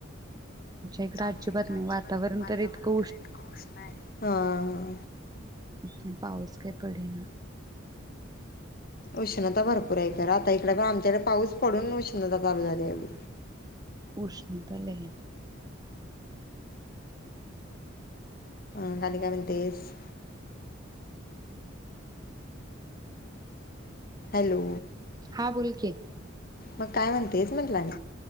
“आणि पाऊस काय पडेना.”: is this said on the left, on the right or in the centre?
Right